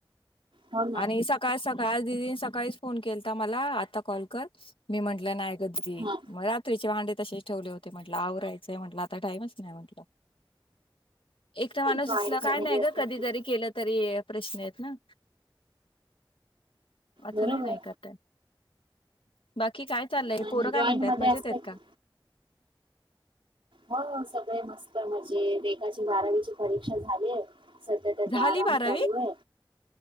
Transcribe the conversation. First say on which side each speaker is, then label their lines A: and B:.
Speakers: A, on the right; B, on the left.
A: हो ना
B: आणि सकाळ सका- काल दिदी सकाळीच फोन केलता मला आत्ता कॉल कर मी म्हटलं नाय. दीदी
A: हा
B: मग रात्रीचे भांडे- तसेच ठेवले होते, म्हटलं आवरायचंय म्हटलं आता टाईमच नाही म्हटलं. एकटं माणूस
A: जॉईंट
B: असल
A: फॅमिली
B: काय नाय
A: असते
B: ग, कधी
A: की
B: जरी केलं तरी प्रश्न आहेत ना. अस
A: बरोबर
B: नाही ना करता येत. बाकी काय चाललंय?
A: नाही
B: पोरं
A: नाही
B: काय
A: जॉईंट
B: म्हणतायेत,
A: मध्ये
B: मजेत
A: असते
B: आहेत
A: की
B: का?
A: हो सगळे मस्त मजेत. एकाची बारावीची परीक्षा झालीये. सध्या त्याचा
B: झाली
A: आराम
B: बारावी
A: चालू आहे.